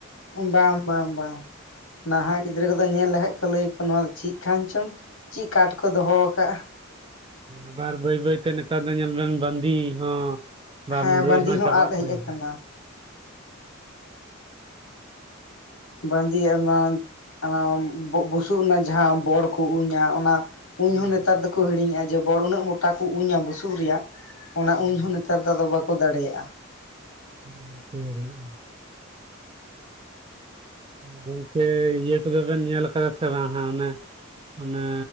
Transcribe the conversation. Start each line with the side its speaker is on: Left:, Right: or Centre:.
Left: ᱵᱟᱝ ᱵᱟᱝ ᱵᱟᱝ ᱱᱟᱦᱟᱜ ᱜᱤᱫᱽᱨᱟᱹ ᱠᱚᱫᱚ ᱧᱮᱞ ᱞᱮᱠᱷ ᱠᱷᱟᱡ ᱠᱚ ᱞᱟᱹᱭ ᱟᱠᱚ ᱱᱚᱣᱟ ᱫᱚ ᱪᱤᱫ ᱠᱟᱱ ᱪᱚᱝ ᱪᱤᱫ ᱠᱟᱴ ᱠᱚ ᱫᱚᱦᱚ ᱟᱠᱟᱜᱼᱟ᱾
Right: ᱟᱵᱟᱨ ᱵᱟᱹᱭ ᱵᱟᱹᱭᱛᱮ ᱱᱮᱛᱟᱨ ᱫᱚ ᱧᱮᱞ ᱵᱮᱱ ᱵᱟᱸᱫᱤ ᱦᱚᱸᱼᱼ ᱵᱟ
Left: ᱦᱮᱸ
Right: ᱢᱩᱨᱟᱹᱭ
Left: ᱵᱟᱸᱫᱤ
Right: ᱦᱚᱸ ᱪᱟᱵᱟᱜ
Left: ᱟᱫ ᱦᱮᱡ
Right: ᱠᱟᱱᱟ
Left: ᱟᱠᱟᱱᱟ
Right: ᱦᱮᱸ᱾
Left: ᱵᱟᱸᱫᱮ ᱮᱢᱟᱱ ᱚᱱᱟ ᱵᱩᱥᱩᱵ ᱨᱮᱱᱟᱜ ᱡᱟᱦᱟᱸ ᱵᱚᱲ ᱠᱚ ᱩᱧᱟ ᱚᱱᱟ᱾ ᱩᱧ
Right: ᱦᱮᱸ
Left: ᱦᱚᱸ ᱱᱮᱛᱟᱨ
Right: ᱦᱮᱸ
Left: ᱫᱚᱠᱚ ᱦᱤᱲᱤᱧᱮᱜᱼᱟ ᱡᱮ ᱵᱚᱲ ᱩᱱᱟᱹᱜ ᱢᱚᱴᱟ ᱠᱚ ᱩᱧᱟ ᱵᱩᱥᱩᱵ ᱨᱮᱭᱟᱜ᱾ ᱚᱱᱟ
Right: ᱦᱮᱸ
Left: ᱩᱧ ᱦᱚᱸ ᱱᱮᱛᱟᱨ ᱫᱚ ᱟᱫᱚ ᱵᱟᱠᱚ ᱫᱟᱲᱮᱭᱟᱜᱼᱟ᱾
Right: <unintelligible> ᱜᱚᱝᱠᱮ ᱤᱭᱟᱹ ᱠᱚᱫᱚ ᱵᱮᱱ ᱧᱮᱞ ᱠᱟᱫᱟ ᱥᱮ ᱵᱟᱝ ᱦᱟᱸᱜ ᱚᱱᱮ ᱚᱱᱟ